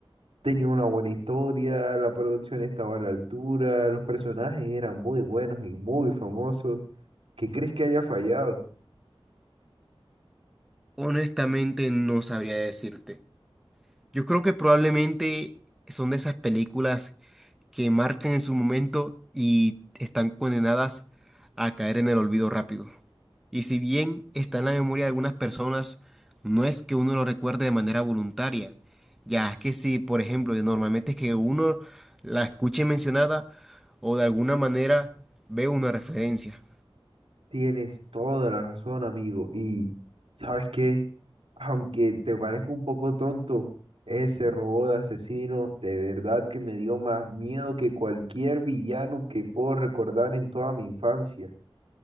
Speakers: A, on the right (about 70°); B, in the centre.
A: Tenía una buena historia, la producción estaba a la altura, los personajes eran muy buenos y muy famosos. ¿Qué crees que haya fallado?
B: Honestamente, no sabría decirte. Yo creo que probablemente son de esas películas que marcan en su momento y están condenadas a caer en el olvido rápido. Y si bien está en la memoria de algunas personas, no es que uno lo recuerde de manera voluntaria. Ya es que si, por ejemplo, y normalmente es que uno la escuche mencionada o de alguna manera ve una referencia.
A: Tienes toda la razón, amigo. Y sabes qué, aunque te parezca un poco tonto, ese robot de asesino de verdad que me dio más miedo que cualquier villano que puedo recordar en toda mi infancia.